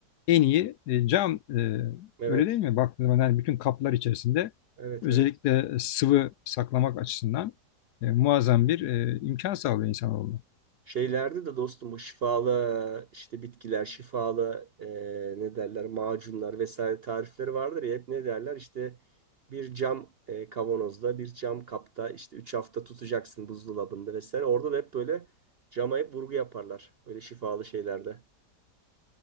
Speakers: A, on the left; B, on the right.
A: en iyi e, cam e,
B: Evet,
A: öyle değil mi? Baktığında zaman yani bütün kaplar içerisinde
B: evet,
A: özellikle
B: evet.
A: sıvı saklamak açısından e, muazzam bir e, imkan sağlıyor insanoğluna.
B: Şeylerde de dostum bu şifalı işte bitkiler, şifalı eee, ne derler macunlar vesaire tarifleri vardır ya hep ne derler işte bir cam eee, kavanozda bir cam kapta işte 3 hafta tutacaksın buzdolabında vesaire. Orada da hep böyle cama hep vurgu yaparlar böyle şifalı şeylerde.